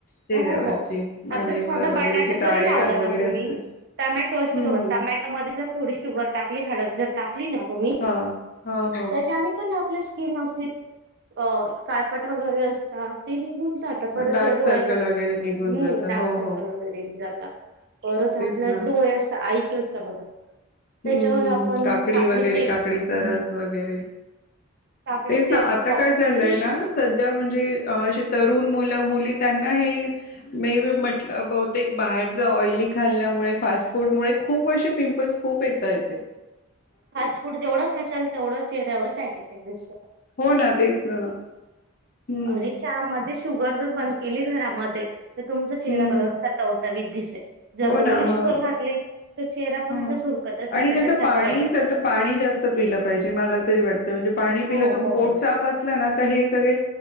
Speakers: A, on the left (about 45°); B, on the right (about 55°).
A: चेहऱ्यावरची
B: हो हो हो
A: मानेवर
B: अगदी साधा बटाटा
A: वगैरे जे
B: जरी
A: काळे
B: लावला
A: डाग वगैरे
B: ना तुम्ही
A: असते
B: टमॅटो असते
A: हम्म
B: बघा
A: हम्म
B: टमॅटोमध्ये जर थोडी शुगर टाकली हळद जर टाकली ना तुम्ही
A: हा हो हो
B: त्याच्याने पण आपलं स्किन असी अ काळपट वगैरे असता ते निघून जात परत
A: डार्क
B: जर परत
A: सर्कल
B: डोळ्याला
A: वगैरे
B: हम्म
A: निघून जात
B: डार्क
A: हो
B: सर्कल
A: हो
B: वगैरे जाता परत
A: तेच
B: आपल्या
A: ना
B: डोळे असतात आईस न असता बघा त्याच्यावर
A: हम्म हम्म
B: आपण
A: हम्म काकडी
B: काकडीची
A: वगैरे काकडीचा
B: हम्म
A: रस वगैरे
B: काकडीचे
A: तेच ना
B: असं
A: आता
B: कॉटन
A: काय झालंय ना सध्या म्हणजे अशी तरुण मुलं मुली त्यांना हे मे बी म्हटलं बहुतेक बाहेरचं ऑइली खाल्यामुळे फास्ट फूड मुळे खूप असे पिंपल्स खूप येतात ते
B: फास्ट फूड जेवढं खाशाल तेवढं चेहऱ्यावर साईड इफेक्ट दिसतो
A: हो ना तेच ना हम्म
B: अरे चहामध्ये शुगर जर बंद केली घरामध्ये तर तुमचा चेहरा
A: हम्म
B: बघा कसा टव टवटवीत दिसे जर
A: हो
B: जेवढी
A: ना
B: शुगर
A: हो
B: घातली तर चेहरा पण
A: हा
B: अशा सुरकत्या सुरकत्या
A: आणि कसं
B: सारखं
A: पाणीच
B: वाटतं
A: आता पाणी जास्त पिलं पाहिजे मला तरी वाटतं म्हणजे पाणी पिल
B: हो
A: तु
B: हो
A: पोट
B: हो
A: साफ असलं ना तर हे सगळे